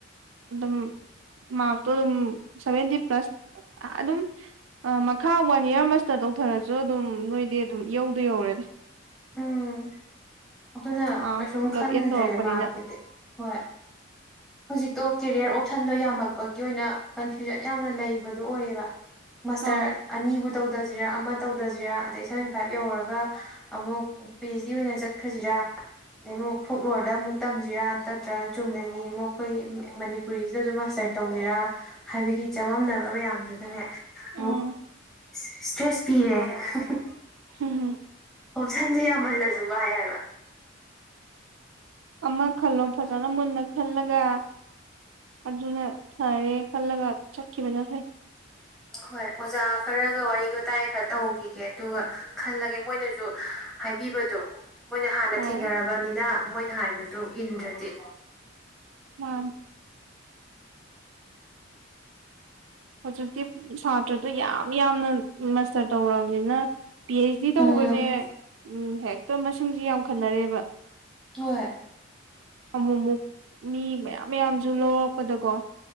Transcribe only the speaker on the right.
ꯑꯗꯨꯝ ꯃꯥꯔꯛꯇꯣ ꯑꯗꯨꯝ ꯁꯚꯦꯟꯇꯤ ꯄ꯭ꯂꯁ ꯑꯗꯨꯝ ꯑꯥ ꯃꯈꯥ ꯋꯥꯟ ꯏꯔ ꯃꯁꯇꯔ ꯇꯧꯊꯔꯁꯨ ꯑꯗꯨꯝ ꯅꯣꯏꯗꯤ ꯑꯗꯨꯝ ꯢꯌꯧꯗ ꯌꯧꯔꯦꯗ
ꯃꯥꯔꯛꯇꯣ
ꯄꯨꯂꯞ
ꯑꯦꯠ ꯇꯧꯔꯛꯄꯅꯤꯅ
ꯑꯧ
ꯎꯝ
ꯍꯝ
ꯑꯃ ꯈꯜꯂꯣ ꯐꯖꯅ ꯃꯨꯟꯅ ꯈꯜꯂꯒ ꯑꯗꯨꯅ ꯐꯔꯦ ꯈꯜꯂꯒ ꯆꯠꯈꯤꯕꯅ ꯐꯩ
ꯍꯣꯏ
ꯃꯥꯅꯦ ꯍꯧꯖꯤꯛꯇꯤ ꯁꯥꯇ꯭ꯔꯗꯣ ꯌꯥꯝ ꯌꯥꯝꯅ ꯃꯁꯇꯔ ꯇꯧꯔꯕꯅꯤꯅ ꯄꯤ ꯑꯩꯆ ꯗꯤ ꯇꯧꯕꯁꯦ
ꯎꯝ ꯍꯦꯛꯇ ꯃꯁꯤꯡꯖꯦ ꯌꯥꯝꯈꯠꯅꯔꯦꯕ
ꯑꯃꯨꯛ ꯃꯨꯛ ꯃꯤ ꯃꯌꯥꯝ ꯃꯌꯥꯝꯖꯨ ꯂꯧꯔꯛꯄꯗꯀꯣ